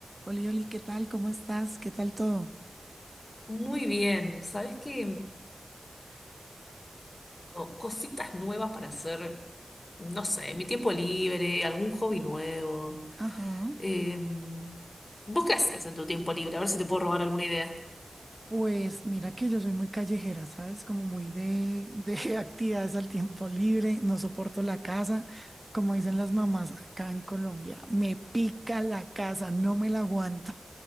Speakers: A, on the right; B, on the left.
A: Oli, Oli, ¿qué tal? ¿Cómo estás? ¿Qué tal todo?
B: Muy bien, ¿sabes qué? O Cositas nuevas para hacer, no sé, en mi tiempo libre, algún hobby nuevo.
A: Ajá.
B: Em, ¿vos qué haces en tu tiempo libre? A ver si te puedo robar alguna idea.
A: Pues mira que yo soy muy callejera, ¿sabes? Como muy de, de <laughs> actividades al tiempo libre, no soporto la casa, como dicen las mamás acá en Colombia, me pica la casa, no me la aguanto.